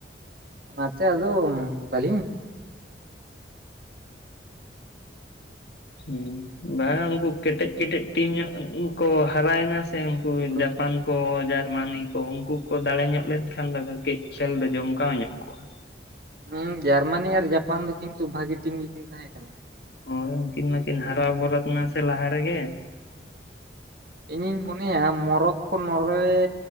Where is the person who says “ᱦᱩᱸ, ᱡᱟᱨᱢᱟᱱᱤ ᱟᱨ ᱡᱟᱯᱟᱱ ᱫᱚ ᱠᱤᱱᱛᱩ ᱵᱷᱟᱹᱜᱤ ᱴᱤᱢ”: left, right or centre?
Right